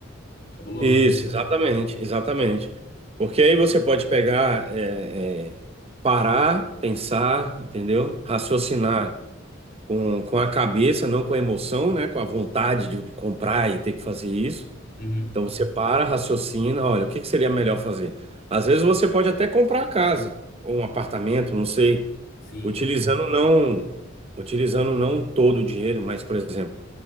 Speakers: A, on the left (about 50°); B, on the right (about 30°).
A: Cabuloso.
B: Isso, exatamente, exatamente. Porque aí você pode pegar, é, é, parar, pensar, entendeu? Raciocinar com, com a cabeça, não com a emoção, né? Com a vontade de comprar e ter que fazer isso.
A: Uhum.
B: Então você para, raciocina, olha, o que que seria melhor fazer? Às vezes você pode até comprar a casa, ou um apartamento, não sei,
A: Sim,
B: utilizando não, utilizando não todo o dinheiro, mas, por exemplo,